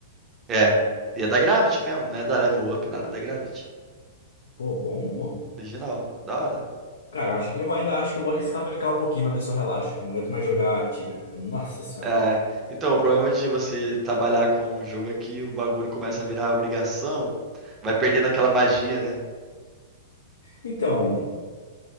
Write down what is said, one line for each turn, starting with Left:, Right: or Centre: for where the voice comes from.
Right: É. E é da Gravity mesmo, não é da Level Up, nada, é da Gravity.
Left: Pô, bom, pô.
Right: Original, da hora.
Left: Cara, eu acho que eu ainda acho que eu vou arriscar brincar um pouquinho pra ver se eu relaxo, que eu não aguento mais jogar Tibia. Nossa senhora.
Right: É, então, o problema de você trabalhar com o jogo é que o bagulho começa a virar obrigação, vai perdendo aquela magia, né?
Left: Então,